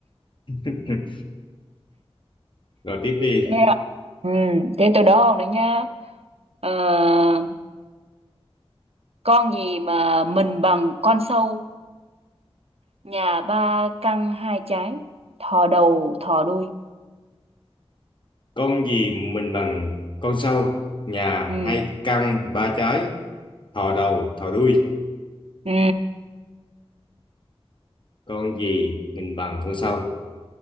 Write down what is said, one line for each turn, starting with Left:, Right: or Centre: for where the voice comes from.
Left: <laughs> Rồi tiếp đi.
Right: Thế ạ. Ừ, thế tôi đố ông đấy nhá. Ờ, con gì mà mình bằng con sâu, nhà ba căng hai trái, thò đầu thò đuôi.
Left: Con gì mình bằng con sâu, nhà
Right: Ừ,
Left: hai căn ba trái, thò đầu thò đuôi.
Right: ừ.
Left: Con gì mình bằng con sâu?